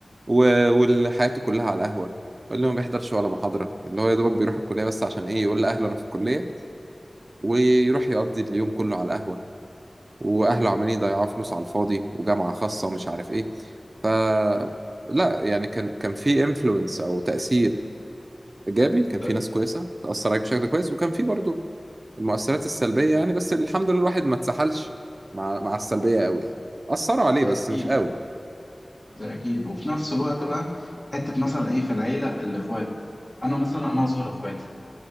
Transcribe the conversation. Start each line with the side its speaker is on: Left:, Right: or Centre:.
Right: و- وحياته كلها على القهوة اللي ما بيحضرش ولا محاضرة اللي هو يا دوبك بيروح الكلية بس عشان إيه يقول لأهله أنا في الكلية ويروح يقضي اليوم كله على القهوة وأهله عمالين يضيعوا فلوس على الفاضي وجامعة خاصة ومش عارف إيه ف لا يعني كان كان في انفلونس أو تأثير إيجابي كان
Left: ده
Right: في ناس كويسة تأثر عليك بشكل كويس وكان في برضو المؤثرات السلبية يعني بس الحمد لله الواحد ما اتسحلش مع مع السلبية قوي يعني أثروا عليه
Left: ده
Right: بس
Left: أكيد
Right: مش قوي
Left: ده اكيد وفي نفس الوقت بقى حته مثلا ايه في العيله الاخوات انا مثلا انا اصغر اخواتي